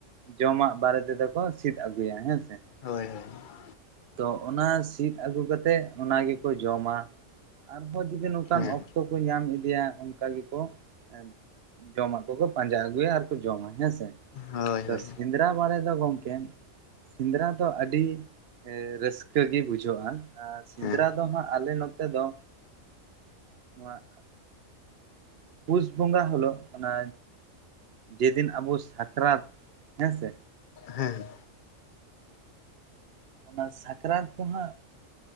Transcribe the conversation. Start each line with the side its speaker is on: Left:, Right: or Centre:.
Right: ᱡᱚᱢᱟᱜ ᱵᱟᱨᱮ ᱛᱮᱫᱚ ᱠᱚ ᱥᱤᱫ ᱟᱹᱜᱩᱭᱟ ᱦᱮᱸ ᱥᱮ ᱾
Left: ᱦᱳᱭ ᱦᱳᱭ ᱾
Right: ᱛᱚ ᱚᱱᱟ ᱥᱤᱫ ᱟᱹᱜᱩ ᱠᱟᱛᱮᱜ ᱚᱱᱟ ᱜᱮᱠᱚ ᱡᱚᱢᱟ ᱟᱨᱦᱚᱸ ᱡᱩᱫᱤ ᱚᱱ ᱚᱱᱠᱟᱱ
Left: ᱦᱮᱸ
Right: ᱚᱠᱛᱚ ᱠᱚ ᱧᱟᱢ ᱤᱫᱤᱭᱟ ᱚᱱᱠᱟ ᱜᱮᱠᱚ ᱮᱸ ᱡᱚᱢᱟᱜ ᱠᱚᱠᱚ ᱯᱟᱸᱡᱟ ᱟᱹᱜᱩᱭᱟ ᱟᱨ ᱠᱚ ᱡᱚᱢ ᱟ ᱦᱮᱸ ᱥᱮ ᱾
Left: ᱦᱳᱭ
Right: ᱛᱚ
Left: ᱦᱳᱭ
Right: ᱥᱮᱸᱫᱽᱨᱟ ᱵᱟᱨᱮ ᱫᱚ ᱜᱚᱢᱠᱮ, ᱥᱮᱸᱫᱽᱨᱟ ᱫᱚ ᱟᱹᱰᱤ ᱨᱟᱹᱥᱠᱟᱹ ᱜᱮ ᱵᱩᱡᱷᱟᱹᱜᱼᱟ ᱟᱨ ᱥᱮᱸᱫᱽᱨᱟ
Left: ᱦᱮᱸ
Right: ᱫᱚ ᱦᱟᱸᱜ ᱟᱞᱮ ᱱᱚᱛᱮ ᱫᱚ ᱱᱚᱣᱟ <unintelligible> ᱯᱩᱥ ᱵᱚᱸᱜᱟ ᱦᱤᱞᱚᱜ ᱚᱱᱟ ᱡᱮ ᱫᱤᱱ ᱟᱵᱚ ᱥᱟᱠᱨᱟᱛ ᱦᱮᱸᱥᱮ
Left: ᱦᱮᱸ
Right: ᱚᱱᱟ ᱥᱟᱠᱨᱟᱛ ᱫᱚ ᱦᱟᱸᱜ